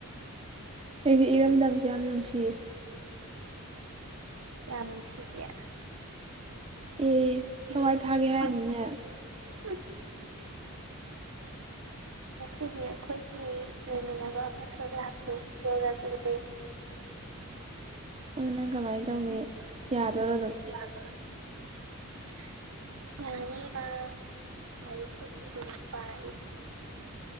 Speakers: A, on the right; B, on the right.
A: ꯑꯩꯗꯤ ꯏꯔꯝꯗꯝꯁꯦ ꯌꯥꯝ ꯅꯨꯡꯁꯤꯌꯦ
B: <inaudible> ꯀꯌꯥꯝ ꯅꯨꯡꯁꯤꯒꯦ
A: ꯑꯦ ꯊꯋꯥꯏ
B: ꯅꯨꯡꯉꯥꯏ
A: ꯊꯥꯒꯦ ꯍꯥꯏꯅꯤꯅꯦ
B: <unintelligible> ꯉꯁꯤꯅꯤ ꯑꯩꯈꯣꯏꯒꯤ ꯂꯩꯃꯤꯟꯅꯕ ꯑꯃꯁꯨ ꯂꯥꯛꯂꯦ ꯌꯧꯔꯛꯂꯤ
A: ꯎꯝ ꯅꯪ ꯀꯃꯥꯏꯅ ꯇꯧꯅꯤ
B: ꯎꯝ
A: ꯌꯥꯗꯣꯏꯔꯣ ꯑꯗꯨꯝ
B: <unintelligible> ꯌꯥꯅꯤ ꯃꯥ ꯂꯥꯏꯔꯤꯛꯄꯨꯗꯤ ꯑꯗꯨꯝ ꯄꯥꯥꯔꯤ